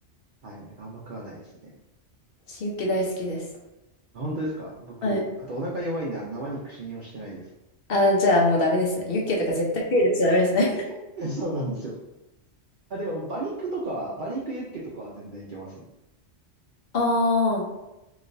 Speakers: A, on the right (about 50°); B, on the left (about 55°).
A: はい。なんかあんま食わないですね。
B: 私ユッケ大好きです。
A: あ本当ですか僕、
B: はい。
A: あとお腹弱いんで、あの生肉信用してないです。
B: あ、じゃあもうダメですね。ユッケとか絶対手出しちゃダメですね。<laughs>
A: <laughs> そうなんですよ。あ、でも、馬肉とかは、馬肉ユッケとかは全然いけますね。
B: ああ、